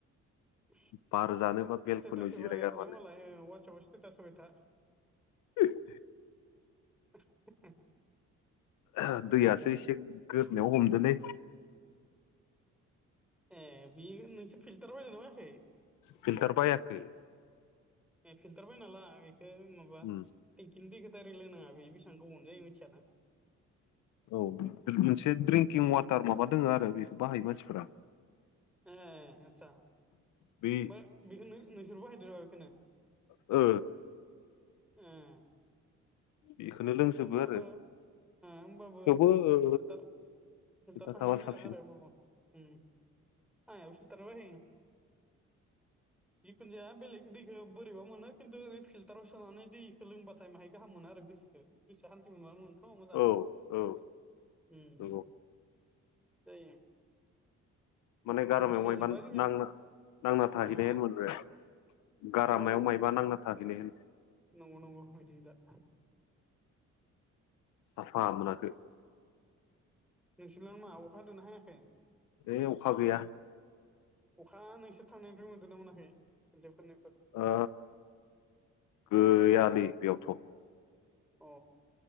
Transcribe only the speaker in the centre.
सि
स्टेटास होबाय
थादों मालाय वाटसेपआव स्टेटास होबाय था
<unintelligible>
उम
ए बि मोनसे फिल्टार बायदोंना बायाखै
ए फिल्टार बायना ला एखौ माबा
टेंक किनि दैखौ दायरेक्ट लोंनाङा बे बेसेबां गोबावनि जायो मिथियाना
उम
ए आदसा ओमफ्राय
बेखौ नों-नोंसोरबो बाहायदों नामा बेखौनो
ओम
ओमबाबो
ओ होमबाबो
फिल्थार फिल्टार
थांनाया
मोजां
आरो होमबाबो ओम आंनाबो <unintelligible> जिखुनजाया बेलेख दैखौ बोरैबा मोनो खिन्थु बे फिलटाराव सोनानै दैखौ लोंबाथाय माहाय गाहाम मोनो आरो गोस बे गोसोआ हान्थि मोनबानो मोनथ' मोजां
ओम
जायो
खोमसि
जाजोब्बाय जोंनियाव
हा
औ
नंगौ नंगौ इदिनो दा
नोंसोरना मा अखा हादोंना हायाखै?
अखा नोंसोर थांनायनिफ्राय मोन्दों ना मोनाखै खनसे खननैफोर
अ